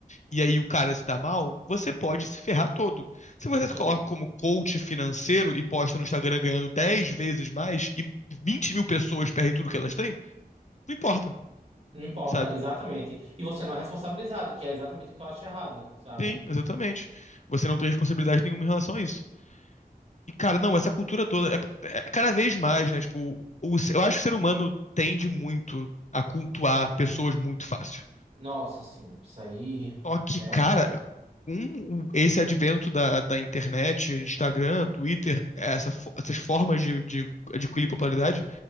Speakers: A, on the left; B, on the right.
A: e aí o cara se dá mal, você pode se ferrar todo. Se você
B: Sim.
A: se coloca como coach financeiro e posta no Instagram ganhando 10 vezes mais e 20 mil pessoas perdem tudo que elas têm, não importa,
B: Não importa,
A: sabe?
B: exatamente. E você não é responsabilizado, que é exatamente o que eu acho errado, sabe?
A: Sim, exatamente. Você não tem responsabilidade nenhuma em relação a isso. E, cara, não, essa cultura toda é, é cada vez mais, né? Tipo, o, eu acho que o ser humano tende muito a cultuar pessoas muito fácil.
B: Nossa, sim, isso aí
A: Só que,
B: realmente.
A: cara, um, um- esse advento da, da internet, Instagram, Twitter, essa fo- essas formas de, de adquirir popularidade,